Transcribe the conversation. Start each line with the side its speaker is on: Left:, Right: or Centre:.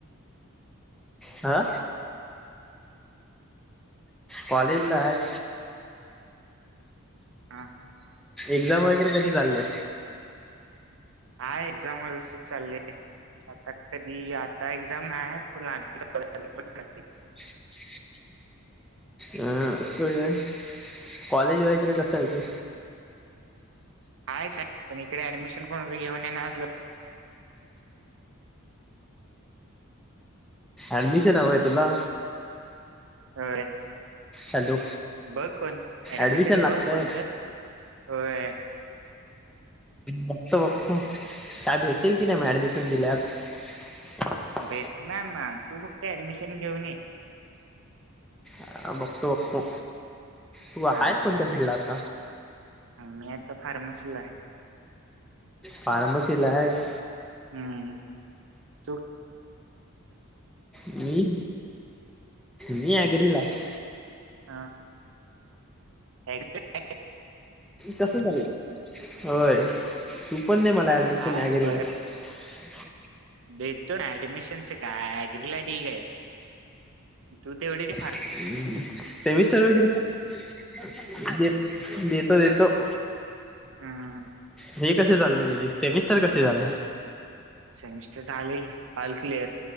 Centre: हा. कॉलेजला हाय.
Right: हा.
Centre: एक्झाम वगैरे कशी चालल्या.
Right: हा एक्झाम व्यवस्थित चाललीय. आता कधी आता एक्झाम नाही प <unintelligible>
Centre: <inaudible> अं असं कॉलेज वगैरे कसं आहे ते.
Right: कायच आहे, पण इकडे ऍडमिशन कोणाचं घेऊन येणार असलं.
Centre: ऍडमिशन हवं आहे तुला.
Right: होय.
Centre: हॅलो.
Right: बघ कोण ऍडमिशन
Centre: ॲडमिशन लागतंय
Right: बघ कोण तर होय.
Centre: बघतो, बघतो काय भेटेल की नाही ऍडमिशन दिल्यावर. <inaudible>
Right: भेटणार ना तू फक्त ऍडमिशन घेऊन ये.
Centre: ह बघतो, बघतो तू
Right: हा
Centre: आहे, कोणत्या फिल्ड ला आता.
Right: मी आता फार्मसीला
Centre: फार्मसी ला आहेस
Right: हम्म तू
Centre: मी, मी ॲग्री ला आहे
Right: हा ॲग्रीला
Centre: कस ले होय तू पण नाही मला ऍडमिशन
Right: आहे
Centre: ॲग्रीला
Right: बरं
Centre: ह
Right: देतो ना ऍडमिशनच का अग्रीला ढीग आहेत तू तेवढे तिकडे डिग्री
Centre: ह् सेमिस्टर वगैरेेत देतो, देतो ह
Right: ह
Centre: हे कसे चालले तुझे सेमिस्टर कसे चालले
Right: सेमिस्टर चाले ऑल क्लिअर